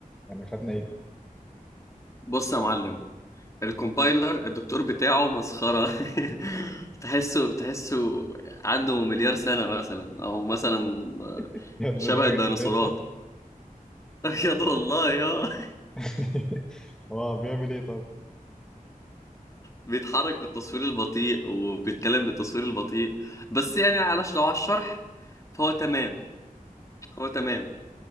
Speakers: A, in the centre; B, on the left.
A: يعني خدنا ايه؟
B: بص يا معلم الكومبايلر الدكتور بتاعه مسخره <laughs> تحسه تحسه عنده مليار سنه مثلا او مثلا آه،
A: <laughs> يد
B: شبه
A: لدرجه
B: الديناصورات
A: مليار سنه
B: <laughs> بجد والله يا <laughs>
A: <laughs> هو بيعمل ايه طب؟
B: بيتحرك بالتصوير البطيء وبيتكلم بالتصوير البطيء بس يعني علش لو على الشرح فهو تمام هو تمام